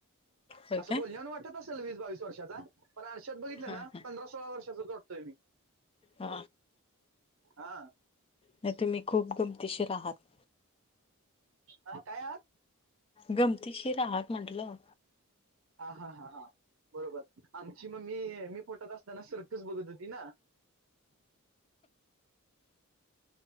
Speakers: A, on the left; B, on the right.
A: होय काय.
B: बोलण्या वरून वाटत असेल वीस बावीस वर्षाचा पण आरशात बघितलं
A: हा
B: ना
A: हा
B: पंधरा सोळा वर्षाचाच वाटतोय मी.
A: ह
B: हा
A: नाही तुम्ही खूप गमतीशीर आहात.
B: हा काय आ
A: गमतीशीर आहात म्हटलं.
B: हा हा हा हा बरोबर आमची मम्मी मी पोटत असताना सर्कस बघत होति. तीना.